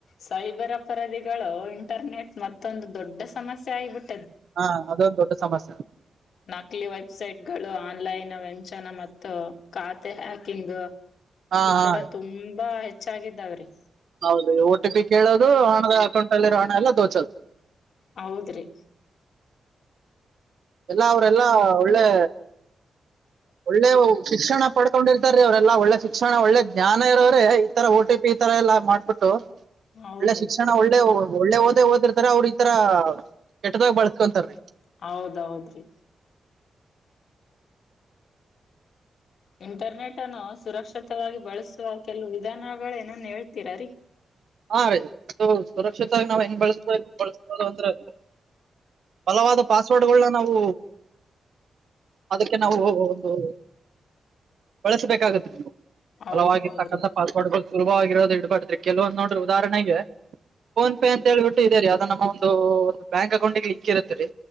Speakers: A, on the left (about 75°); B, on the right (about 70°).
A: ಸೈಬರ್ ಅಪರಾಧಿಗಳು ಇಂಟರ್ನೆಟ್ ಮತ್ತೊಂದು ದೊಡ್ಡ ಸಮಸ್ಯೆ ಆಗಿಬಿಟ್ಟು
B: ಹಾ ಅದೊಂದು ದೊಡ್ಡ ಸಮಸ್ಯೆ
A: ನಕಲಿ ವೆಬ್ಸೈಟ್ ಗಳು ಆನ್ಲೈನ್ ವ್ಯಂಚನ ಮತ್ತು ಖಾತೆ ಹ್ಯಾಕಿಂಗ್
B: ಹಾ
A: ಈ
B: ಹಾ
A: ತರ
B: ರೀ
A: ತುಂಬಾ ಹೆಚ್ಚಾಗಿದ್ದಾವ್ರೀ
B: ಹೌದ್ರಿ ಓ ಟಿ ಪಿ ಕೇಳೋದು ಹಣದ ಅಕೌಂಟ್ ಅಲ್ಲಿರೋ ಹಣ ಎಲ್ಲ ದೋಚೋದು
A: ಹೌದ್ರಿ
B: ಎಲ್ಲಾ ಅವರೆಲ್ಲಾ ಒಳ್ಳೆ ಒಳ್ಳೆ ಶಿಕ್ಷಣ ಪಡ್ಕೊಂಡಿರ್ತಾರೀ ಅವ್ರೆಲ್ಲಾ ಒಳ್ಳೆ ಶಿಕ್ಷಣ ಒಳ್ಳೆ ಜ್ಞಾನ ಇರೋರೆ ಈ ತರ ಓ ಟಿ ಪಿ ಈ ತರ ಎಲ್ಲಾ ಮಾಡ್ಬಿಟ್ಟು
A: ಹೌದ್ರಿ
B: ಒಳ್ಳೆ ಶಿಕ್ಷಣ ಒಳ್ಳೆ ಒಳ್ಳೆ ಓದೇ ಓದಿರ್ತಾರ ಅವ್ರ ಈತರ ಕೆಟ್ಟದಾಗ ಬಳಸ್ಕೊಂತಾರೀ
A: ಹೌದೌದ್ರಿ ಇಂಟರ್ನೆಟ್ ಅನ್ನು ಸುರಕ್ಷಿತವಾಗಿ ಬಳಸುವ ಕೆಲವು ವಿಧಾನಗಳ ಏನನ್ ಹೇಳ್ತೀರ ರೀ
B: ಹಾರಿ ಸುರಕ್ಷಿತವಾಗಿ ನಾವ ಹೆಂಗ್ ಬಳಸ್ಬೆಕು ಬಳಸೋದು ಅಂದ್ರೆ ಫಲವಾದ ಪಾಸ್ವರ್ಡ್ಗಳನ್ನ ನಾವು ಅದಕ್ಕೆ ನಾವು ಒಂದು ಬಳಸಬೇಕಾಗತ್ತೆ ನೀವು
A: ಹೌದೌದ್ರಿ
B: ಫಲವಾಗಿರ್ತಕ್ಕಂಥ ಪಾಸ್ವರ್ಡ್ಗಳು ಸುಲಭವಾಗಿರೋದು ಇಡ್ಬಾರ್ದ್ ರೀ ಉದಾಹರಣೆಗೆ ಫೋನ್ ಪೇ ಅಂತ ಹೇಳ್ಬಿಟ್ಟು ಇದೆೇ ರೀ ಅದು ನಮ್ಮ ಒಂದು ಒಂದು ಬ್ಯಾಂಕ್ ಅಕೌಂಟ್ಗೆ ಲಿಂಕ್ ಇರುತ್ತೆ ರಿ